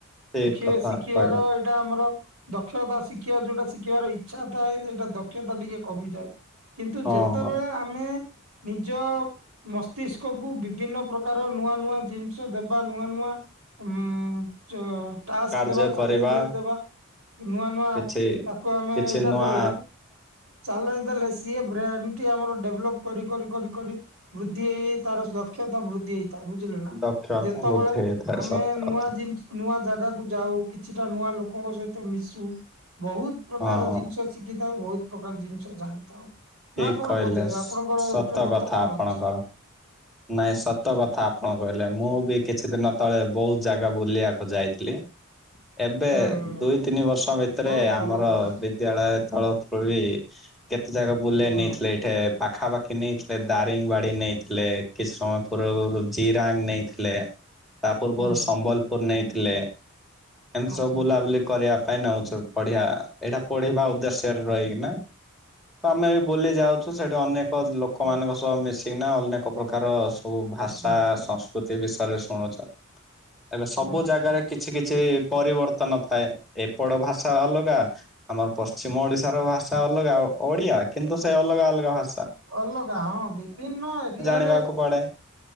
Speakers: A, in the centre; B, on the right.
A: ଠିକ
B: ଶୁଖିବା
A: କଥା
B: ଶିଖିବାର
A: କହିଲ
B: ଏଇଟା ଆମର ଦକ୍ଷତା ଶିଖିବା ଯୋଉଟା ଶିଖିବାର ଇଚ୍ଛା ଥାଏ ସେଇଟା ଦକ୍ଷତା ଟିକେ କମିଯାଏ। କିନ୍ତୁ
A: ହଁ
B: ଯେତେବେଳେ ଆମେ ନିଜ ମସ୍ତିଷ୍କକୁୁ ବିଭିନ୍ନ ପ୍ରକାର ନୂଆ ନୂଆ ଜିନିଷ ଦବା ନୂଆ ନୂଆ ଉ ଉଁ ଚ ଟାସ୍କ
A: କାର୍ଯ୍ୟ
B: ଦବା
A: କରିବା
B: ଚାଲେଞ୍ଜସ୍ ଦବା ନୂଆ ନୂଆ
A: କିଛି
B: ତାକୁ ଆମେ
A: କିଛି
B: ଏଇଟା
A: ନୂଆ
B: ଦେଲେ ଚେଲେଞ୍ଜ ଦେଲେ ସିଏ ବ୍ରେନ୍ ଟି ଆମର ଡେଭଲପ୍ କରି କରି କରି କରି ବୃଦ୍ଧି ହେଇ ହେଇ ତାର ସୋକ୍ଷତା ବୃଦ୍ଧି ହେଇଥାଏ ବୁଝିଲେ ନା
A: ଦକ୍ଷତା
B: ଯେତେବେଳେ
A: ବୃଦ୍ଧି ହେଇଥାଏ
B: ଆମେ
A: ସତ
B: ନୂଆ
A: କଥା
B: ନୂଆ ଜାଗାକୁ ଯାଉ କିଛିଟା ନୂଆ ଲୋକଙ୍କ ସହିତ ମିଶୁ ବହୁତ ପ୍ରକାର
A: ହଁ।
B: ଜିନିଷ ଶିଖିଥାଉ ବହୁତ ପ୍ରକାର ଜିନିଷ ଜାଣିଥାଉ।
A: ଠିକ
B: ନା କଣ
A: କହିଲେ
B: କହୁଛନ୍ତି ଆପଣଙ୍କ
A: ସତ
B: ଉପେ ମତ
A: କଥା
B: କଣ
A: ଆପଣଙ୍କର।
B: ଅଛି?
A: ନାଇଁ ସତ କଥା ଆପଣ କହିଲେ ମୁଁ ବି କିଛି ଦିନ ତଳେ ବହୁତ ଜାଗା ବୁଲିଆ ଖୁଁ ଯାଇଥିଲି ଏବେ
B: ହୁଁ
A: ଦୁଇ ତିନି ବର୍ଷ ଭିତରେ
B: ବହୁତ
A: ଆମର
B: ଭଲ କଲେ
A: ବିଦ୍ୟାଳୟ ତଳ <unintelligible> କେତେ ଜାଗା ବୁଲେଇ
B: ହୁଁ
A: ନେଇଥିଲେ ଏଇଠା ପାଖାପାଖି ନେଇଥିଲେ ଦାରିଙ୍ଗ ବାଡ଼ି ନେଇଥିଲେ କିଛି ସମୟ ପୂର୍ବରୁ ଜିରାଙ୍ଗ ନେଇଥିଲେ ତା ପୂର୍ବରୁ
B: ହୁଁ
A: ସମ୍ବଲ କୁ ନେଇଥିଲେ ଏମ ସବୁ
B: ଆଚ୍ଛା।
A: ବୁଲାବୁଲି କରିବା ପାଇଁ ନଉଛୁ ପଢଆ ଏଇଟା ପଢିବା ଉଦ୍ଦେଶ୍ୟରେ ରହିକି ନା ତମେ ଏଇ ବୁଲି ଯାଉଛୁ ସେଠି ଅନେକ ଲୋକମାନଙ୍କ
B: ହୁଁ
A: ସହ ମିଶିକିନା ଅନେକ ପ୍ରକାର ସବୁ ଭାଷା
B: ହୁଁ
A: ସଂସ୍ କୁତି ବିଷୟରେ ଶୁଣୁଚ ଏବେ ସବୁ
B: ହୁଁ
A: ଜାଗାରେ କିଛି କିଛି ପରିବର୍ତ୍ତନ ଥାଏ ଏପଟ ଭାଷା ଅଲଗା ଆମର ପଶ୍ଚିମ ଓଡ଼ିଶାର ଭାଷା ଅଲଗା ଓଡ଼ିଆ କିନ୍ତୁ ସେ ଅଲଗା ଅଲଗା ଭାଷା।
B: ଅଲଗା ହଁ ବିଭିନ୍ନ ଓରିଆ
A: ହେଁବାକୁ ପଡେ।